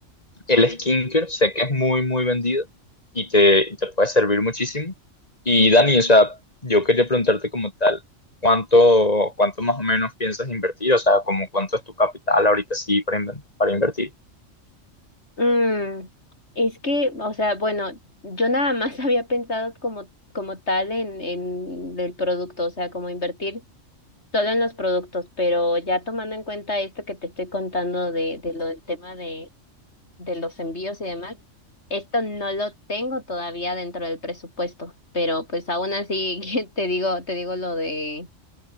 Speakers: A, on the left (about 30°); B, on the left (about 55°).
A: El skincare sé que es muy, muy vendido y te, y te puede servir muchísimo. Y Dani, o sea, yo quería preguntarte como tal, ¿cuánto, cuánto más o menos piensas invertir? O sea, como cuánto es tu capital ahorita sí para, inven- para invertir.
B: Mm, es que, o sea, bueno, yo nada más <laughs> había pensado como, como tal en, en el producto, o sea, como invertir. Solo en los productos, pero ya tomando en cuenta esto que te estoy contando de, de lo del tema de, de los envíos y demás, esto no lo tengo todavía dentro del presupuesto, pero pues aún así <laughs> te digo, te digo lo de,